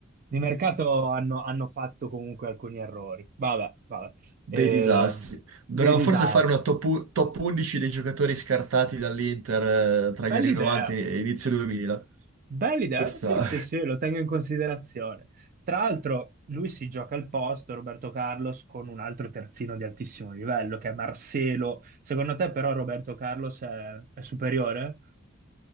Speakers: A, on the right (about 40°); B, on the right (about 80°).
A: di mercato hanno, hanno fatto comunque alcuni errori. Vabbè, vabbè. Ehm,
B: Dei disastri. Dovremmo
A: dei disastri.
B: forse fare una top, u- top 11 dei giocatori scartati dall'Inter eh, tra
A: Bella
B: gli anni
A: idea.
B: 90 e inizio 2000.
A: Bella idea,
B: Questa
A: sì, sì, sì, lo tengo in considerazione. Tra l'altro, lui si gioca al posto, Roberto Carlos, con un altro terzino di altissimo livello, che è Marcelo. Secondo te, però, Roberto Carlos è, è superiore?